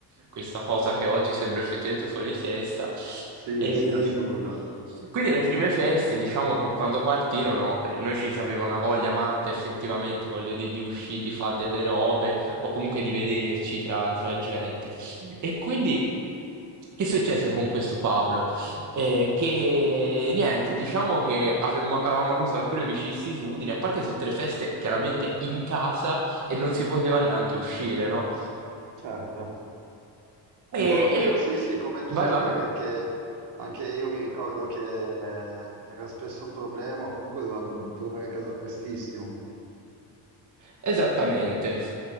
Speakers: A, on the right; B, on the right.
A: questa cosa che oggi sembra effettivamente fuori di testa.
B: Sì,
A: E,
B: sì, assurdo.
A: quindi le prime feste, diciamo che quando partirono, eh, noi ci sapeva una voglia matta, effettivamente, voglio dire, di uscire, di fare delle robe, o comunque di vederci tra, tra gente. E quindi, che successe con questo Pablo? E che niente, diciamo che avemmo- avevamo avuto alcune vicissitudini, a parte tutte le feste chiaramente in casa e non si poteva neanche uscire, no?
B: Certo. Un
A: E,
B: po' come,
A: e io...
B: sì, sì, come tutti,
A: Vai, vai.
B: perché anche, anche io mi ricordo che eh, era spesso un problema, o comunque dovevamo tornare a casa prestissimo.
A: Esattamente.